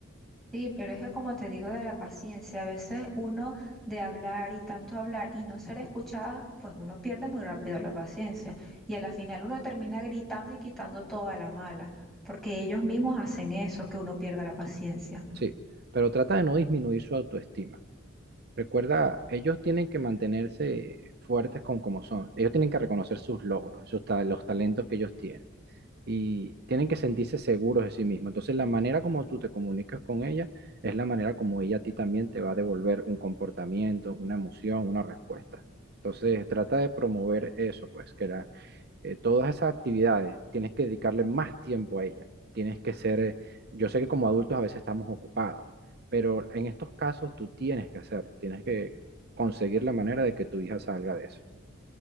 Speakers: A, in the centre; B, on the right.
A: Sí, pero es que como te digo de la paciencia, a veces uno de hablar y tanto hablar y no ser escuchada, pues uno pierde muy rápido la paciencia y a la final uno termina gritando y quitando toda la mala, porque ellos mismos hacen eso, que uno pierda la paciencia.
B: Sí, pero trata de no disminuir su autoestima. Recuerda, ellos tienen que mantenerse fuertes con como son. Ellos tienen que reconocer sus logros, sus ta- los talentos que ellos tienen y tienen que sentirse seguros de sí mismos. Entonces, la manera como tú te comunicas con ella es la manera como ella a ti también te va a devolver un comportamiento, una emoción, una respuesta. Entonces, trata de promover eso, pues, que la, eh, todas esas actividades tienes que dedicarle más tiempo a ella. Tienes que ser, eh, yo sé que como adultos a veces estamos ocupados, pero en estos casos tú tienes que hacerlo, tienes que conseguir la manera de que tu hija salga de eso.